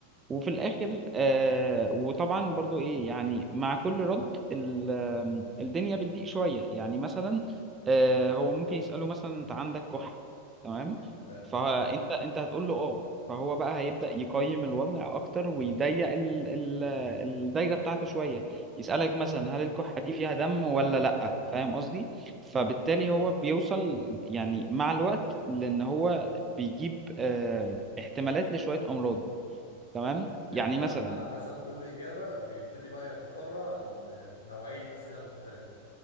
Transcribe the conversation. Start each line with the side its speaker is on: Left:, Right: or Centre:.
Right: وفي الاخر آه وطبعا برضو ايه يعني مع كل رد ال- آم، الدنيا بتضيق شويه يعني مثلا آه هو ممكن يساله مثلا انت عندك كحه تمام
Left: حلو
Right: فانت انت هتقول له اه فهو بقى هيبدا يقيم الوضع اكتر ويضيق ال ال الدايره بتاعته شويه يسالك مثلا هل الكحه دي فيها دم ولا لا فاهم قصدي فبالتالي هو بيوصل يعني مع الوقت لان هو بيجيب آه احتمالات لشويه امراض تمام
Left: يعني
Right: يعني
Left: على
Right: مثلا
Left: على حسب كل إجابة بيبتدي بقى يتفرع لنوعية أسئلة مختلفة